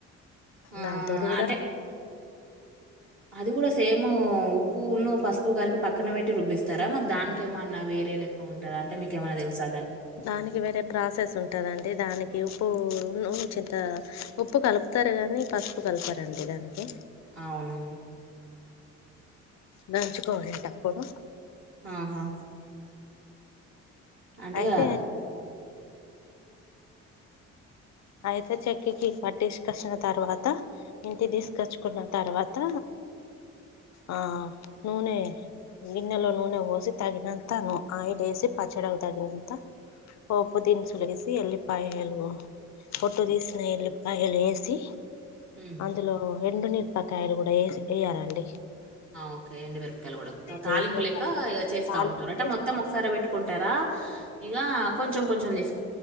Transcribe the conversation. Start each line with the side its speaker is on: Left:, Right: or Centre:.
Right: ఆహ్,
Left: దాంతోటి కూడా
Right: అంటే అది కూడా సేమ్ ఉప్పున్న పసుపు కలిపి పక్కన పెట్టి రుబ్బిస్తారా మరి దానికి మీక ఏమన్నా వేరే లెక్క ఉంటారా అంటేకు ఏమన్నా తెలుసా
Left: దానికి వేరే ప్రాసెస్ ఉంటదండి దానికి ఉప్పు చింత ఉప్పు కలుపుతారు కానీ పసుపు కలపారండి దానికి
Right: అవునా
Left: దంచుకోవాలంటప్పుడు
Right: అంటే ఆహా! అంటే
Left: అయితే అయితే చెక్కకి పట్టిసుకొచ్చిన తర్వాత ఇంటి తీసుకొచ్చుకున్న తర్వాత ఆ నూనె గిన్నెలో నూనె పోసి తగినంత న ఆయిల్ వేసి పచ్చడా తగినంత ఒ పు దీన్ సులుగసి ఎళ్ ప్పయలు పొట్టు తీసిన ఎల్లిపాయలు వేసి
Right: హుహు.
Left: అందులో రెండు నీరపకాయలు కూడా వే వేయాలండి
Right: ఓకే ఎండి వెరపకాయలు కూడా తాలింపు
Left: వేసిన
Right: ెక
Left: తర్వాత
Right: చేస్తా
Left: తాలింపు
Right: ఉంటారు అంటే
Left: వేసుకోవాలి
Right: మొత్తం ఒకసారి పెట్టు కుంటారా ఇక కొంచెం కొంచెం తీసు